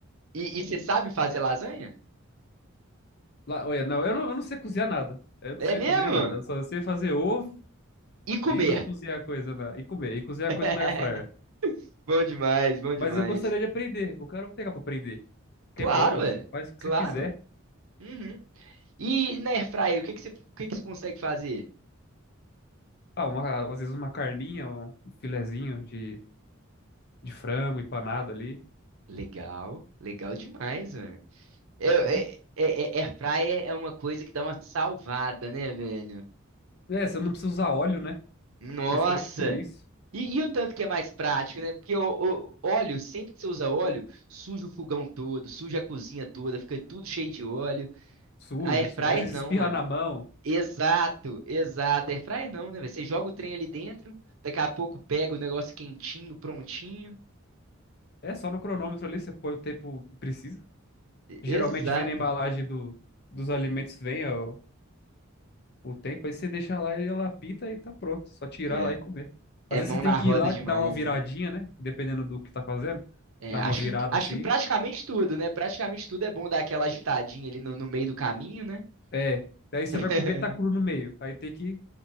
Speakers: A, on the right; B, on the left.
A: e, e você sabe fazer lasanha?
B: La- Olha, não eu, não, eu não sei cozinhar nada. Eu não
A: É
B: sei
A: mesmo?
B: cozinhar nada. Eu só sei fazer ovo
A: E comer.
B: e cozinhar coisa na, e comer, e cozinhar
A: <laughs>
B: coisa na air fryer.
A: Bom demais, bom
B: Mas
A: demais.
B: eu gostaria de aprender. Qualquer hora Eu quero pegar pra aprender.
A: Claro,
B: Que é bom, você
A: é.
B: faz o que
A: Claro.
B: você quiser.
A: Uhum. E na Airfryer, o que que você, o que que você consegue fazer?
B: Ah, uma, às vezes uma carninha, um filezinho de, de frango empanado ali.
A: Legal, legal demais, mano. É,
B: É
A: é,
B: bom.
A: é, é- Airfryer é uma coisa que dá uma salvada, né, velho?
B: É, você não precisa usar óleo, né?
A: Nossa!
B: Principalmente por isso.
A: E, e o tanto que é mais prático, né? Porque o, o óleo, sempre que você usa óleo, suja o fogão todo, suja a cozinha toda, fica tudo cheio de óleo.
B: Suja,
A: A Airfryer
B: su- às vezes
A: não,
B: espirra
A: velho.
B: na mão.
A: Exato, exato. Airfryer não, né? velho? Você joga o trem ali dentro, daqui a pouco pega o negócio quentinho, prontinho.
B: É só no cronômetro ali, você põe o tempo que precisa.
A: E-
B: Geralmente
A: Exato.
B: vem na embalagem do, dos alimentos, vem ó, o tempo, aí você deixa lá e ela apita e tá pronto. Só tirar
A: É,
B: lá e comer. Às
A: é
B: vezes
A: mão
B: você tem
A: na
B: que
A: roda
B: ir lá,
A: demais,
B: dar uma viradinha,
A: né?
B: né? Dependendo do que tá fazendo.
A: É,
B: Dar
A: acho
B: uma virada
A: que, acho
B: assim.
A: que praticamente tudo, né? Praticamente tudo é bom dar aquela agitadinha ali no, no meio do caminho, né?
B: É. Aí você
A: <laughs>
B: vai comer, tá cru no meio. Aí tem que